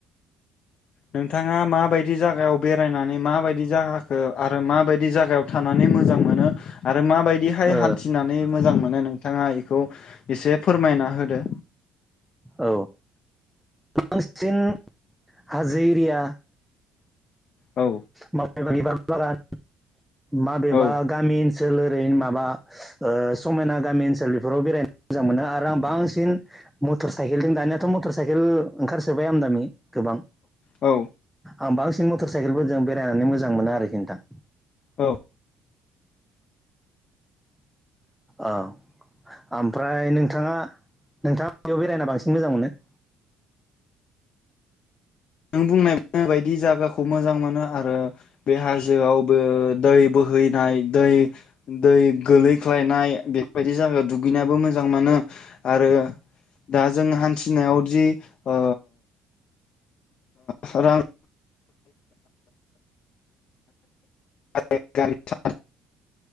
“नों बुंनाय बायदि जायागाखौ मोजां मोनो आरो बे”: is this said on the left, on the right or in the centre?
Left